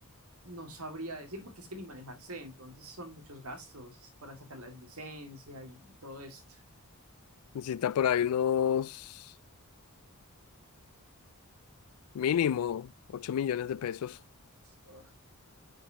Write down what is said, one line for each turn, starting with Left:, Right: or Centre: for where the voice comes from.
Right: no sabría decir porque es que ni manejar sé, entonces son muchos gastos para sacar la licencia y todo esto.
Left: Necesita por ahí unos mínimo ocho millones de pesos.
Right: Ugh.